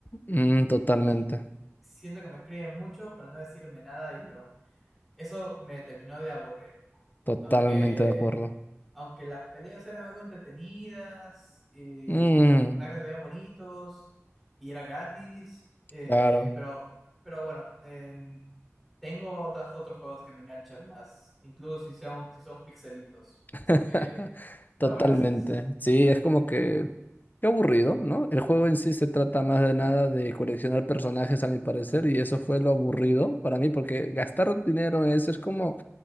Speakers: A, on the left; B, in the centre.
A: Mm, totalmente.
B: Y siento que me escriben mucho para no decirme nada y bueno, eso me terminó de aburrir.
A: Totalmente
B: Aunque,
A: de acuerdo.
B: aunque las peleas eran algo entretenidas, y
A: Mm,
B: los personajes se veían bonitos y era gratis, eh,
A: claro.
B: pero, pero bueno, em, tengo otras, otros juegos que me enganchan más, incluso si, son si son pixelitos.
A: <laughs>
B: Así que, no,
A: Totalmente.
B: gracias.
A: Sí, es como que qué aburrido, ¿no? El juego en sí se trata más de nada de coleccionar personajes, a mi parecer, y eso fue lo aburrido para mí, porque gastar dinero en eso es como,